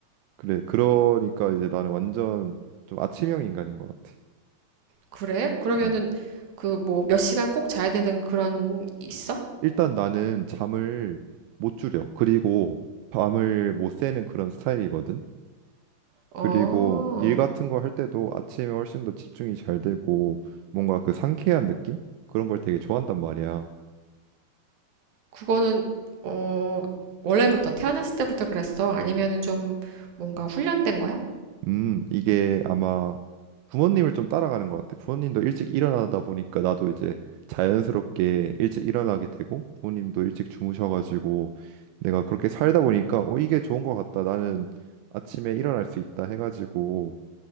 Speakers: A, on the right; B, on the right.
A: 그래. 그러니까 이제 나는 완전 좀 아침형 인간인 것 같아.
B: 그래? 그러면은
A: 음.
B: 그 뭐 몇 시간 꼭 자야 되는 그런 있어?
A: 일단 나는 잠을 못 줄여. 그리고 밤을 못 새는 그런 스타일이거든.
B: 어,
A: 그리고 일 같은 거 할 때도 아침에 훨씬 더 집중이 잘 되고 뭔가 그 상쾌한 느낌? 그런 걸 되게 좋아한단 말이야.
B: 그거는 어, 원래부터 태어났을 때부터 그랬어? 아니면은 좀 뭔가 훈련된 거야?
A: 음, 이게 아마 부모님을 좀 따라가는 것 같아. 부모님도 일찍 일어나다 보니까 나도 이제 자연스럽게 일찍 일어나게 되고 부모님도 일찍 주무셔가지고 내가 그렇게 살다 보니까 어, 이게 좋은 것 같다. 나는 아침에 일어날 수 있다 해가지고